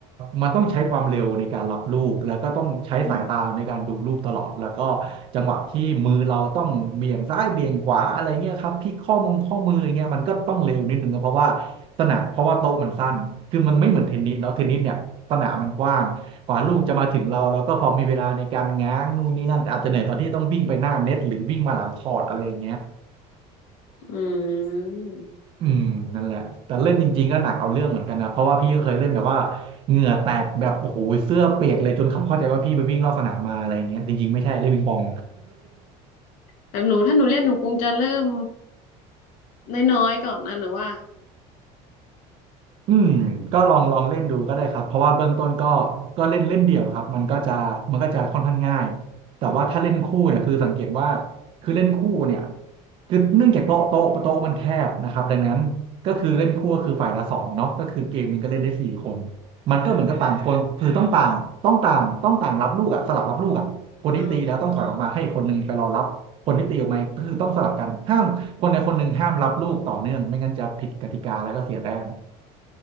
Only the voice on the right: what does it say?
มันต้องใช้ความเร็วในการรับลูกแล้วก็ต้องใช้สายตาในการดูลูกตลอดแล้วก็
จังหวะที่มือเราต้องเบี่ยงซ้ายเบี่ยงขวาอะไรเงี้ยครับพลิกข้อมือข้อมืออย่างเงี้ยมันก็ต้องเร็วนิดนึงนะเพราะว่าสนามเพราะว่าโต๊ะมันสั้นคือมันไม่เหมือนเทนนิสเนาะเทนนิสเนี่ยสนามมันกว้างกว่าลูกจะมาถึงเราแล้วก็พอมีเวลาในการง้างนู่นนี่นั่นแต่อาจจะเหนื่อยตอนที่ต้องวิ่งไปหน้าเน็ตหรือวิ่งมาหลังคอร์ตอะไรอย่างเงี้ย
อืมนั่นแหละแต่เล่นจริงๆก็หนักเอาเรื่องเหมือนกันนะเพราะว่าพี่ก็เคยเล่นแบบว่าเหงื่อแตกแบบโอ้โหเสื้อเปียกเลยจนเขาเข้าใจว่าพี่ไปวิ่งรอบสนามมาอะไรอย่างเงี้ยจริงๆไม่ใช่เล่นปิงปอง
อืมก็ลองลองเล่นดูก็ได้ครับเพราะว่าเบื้องต้นก็ก็เล่นเล่นเดี่ยวครับมันก็จะมันก็จะค่อนข้างง่ายแต่ว่าถ้าเล่นคู่เนี่ยคือสังเกตว่า
คือเล่นคู่เนี่ยคือเนื่องจากโต๊ะโต๊ะโต๊ะมันแคบนะครับดังนั้นก็คือเล่นคู่ก็คือฝ่ายละสองเนาะก็คือเกมมันงก็เล่นได้สี่คนมันก็เหมือนกับต่างคนคือต้องต่างต้องต่างต้องต่างรับลูกอะสลับรับลูกอะคนที่ตีแล้วต้องถอยออกมาให้คนหนึงไปรอรับคนที่ตีออกมาก็คือต้องสลับกันห้ามคนใดคนหนึ่งห้ามรับลูกต่อเนื่องไม่งั้นจะผิดกติกาแล้วก็เสียแต้ม